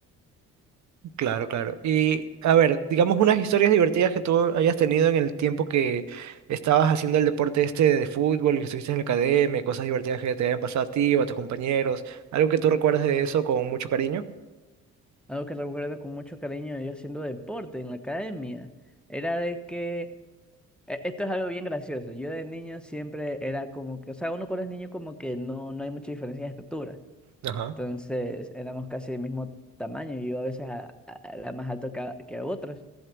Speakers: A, on the right; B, in the centre.
A: Claro, claro. Y a ver, digamos unas historias divertidas que tú hayas tenido en el tiempo que estabas haciendo el deporte este de fútbol y que estuviste en la academia, cosas divertidas que te hayan pasado a ti o a tus compañeros, algo que tú recuerdas de eso con mucho cariño.
B: Algo que recuerdo con mucho cariño yo haciendo deporte en la academia era de que, e- esto es algo bien gracioso, yo de niño siempre era como que, o sea, uno cuando es niño como que no, no hay mucha diferencia de estatura.
A: Ajá.
B: Entonces éramos casi del mismo tamaño y yo a veces a- a- era más alto que, a- que a otros.